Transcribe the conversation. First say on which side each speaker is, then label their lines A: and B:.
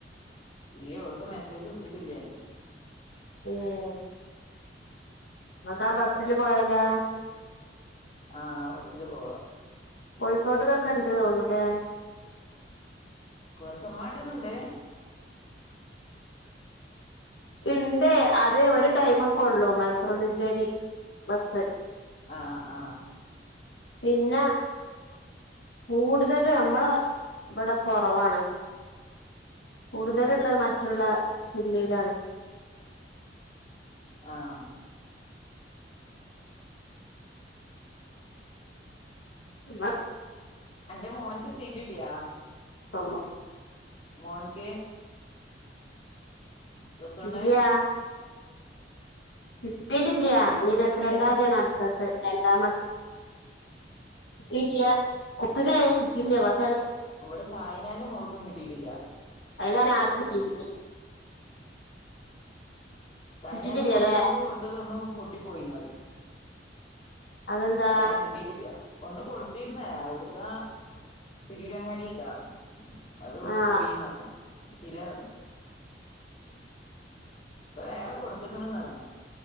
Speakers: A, on the left; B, on the left.
A: ഇല്ല അവൾക്ക് മെസ്സേജ് വിട്ടിട്ടില്ല
B: ഉം ന്നട്ടാ ബസ്സില് പോയലാ
A: ആഹ് ബസ്സില് പോവാ
B: കോഴിക്കോട്ട്ലൊക്കെ ഇണ്ട് തോന്നു ലേ
A: പോ ചെമ്മാട്ട്ന്ന് ണ്ട്
B: ഇണ്ട് അത് ഒരു ടൈമൊക്കൊള്ളൂ മലപ്പുറം മഞ്ചേരി ബസ്സ്.
A: ആഹ് ആഹ്
B: പിന്നെ കൂടുതല് നമ്മള വടെ കൊറവാണ്
A: അത്
B: കൂടുതല്ള്ളെ
A: ശരി
B: മറ്റുള്ള ജില്ലയിലാണ്
A: ആഹ്
B: നമ്മളെ
A: അന്റെ മോൻക്ക് സീറ്റിട്ട്യാ?
B: ഒള്ളു
A: മോൻക് പ്ലസ് വണ്ണ്
B: ഇല്ല്യാ കിട്ടീട്ടില്ല
A: അപ്പൊ എവിടെയും
B: ഞ്
A: കൊടുത്തിട്ടില്ല
B: ഇരുപത്രണ്ടാത്യാണ് അട്ത്തത് രൺ <unintelligible> ഇടിയ <unintelligible>
A: വടെ സായിനാന്റെ മോൾക്കും കിട്ടിട്ടില്ല
B: അതാണെ ആർക്കും കിട്ടിയിട്ടില്ല
A: സൈനേനെ
B: കിട്ടിയിട്ടില്ലല്ലേ
A: മോക്ക് ഒന്ന് കൊടുത്തത് ഒന്ന് പൊട്ടി പോയിന്ന് പറന്
B: അതെന്താ
A: ഏ കിട്ടിട്ടില്ല ഒന്ന് കൊടുത്തിരുന്ന അവിടുത്ത തിരൂരങ്ങാടിക്കാ അത്
B: ആഹ്
A: പോയിന്നറന്നെ കിട്ടിലാർനു ഇപ്പൊ വേറെ കൊടുത്ക്കണന്നറിന്